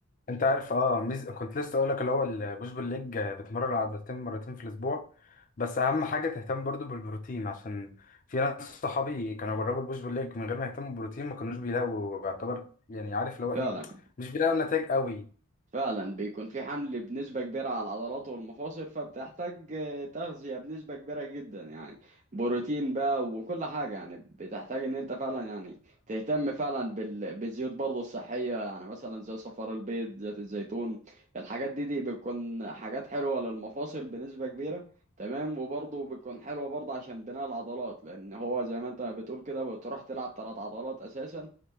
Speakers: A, on the left; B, on the right.
A: انت عارف اه ميز... كنت لسه اقول لك اللي هو البوش بول ليج آه، بتمرن عضلتين مرتين في الاسبوع بس اهم حاجه تهتم برضو بالبروتين عشان في ناس صحابي كانوا جربوا البوش بول ليج من غير ما يهتموا بالبروتين ما كانوش بيلاقوا يعتبر يعني عارف اللي هو
B: فعلا
A: ايه مش بيلاقوا نتائج قوي
B: فعلا بيكون في حمل بنسبة كبيرة على العضلات والمفاصل فبتحتاج آه، تغذية بنسبة كبيرة جدا يعني بروتين بقى وكل حاجة يعني بتحتاج ان انت فعلا يعني تهتم فعلا بال- بالزيوت برضه الصحية يعني مثلا زي صفار البيض زيت الزيتون الحاجات دي دي بتكون حاجات حلوة للمفاصل بنسبة كبيرة تمام وبرضه بتكون حلوة برضه عشان بناء العضلات لأن هو زي ما انت بتقول كده بتروح تلعب تلات عضلات أساسا